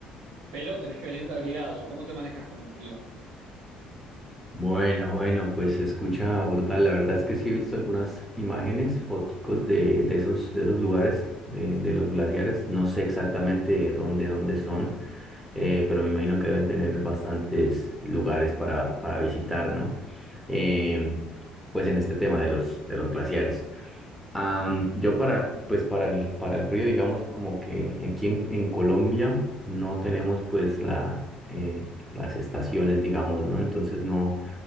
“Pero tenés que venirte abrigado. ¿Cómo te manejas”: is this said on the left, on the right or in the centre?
Right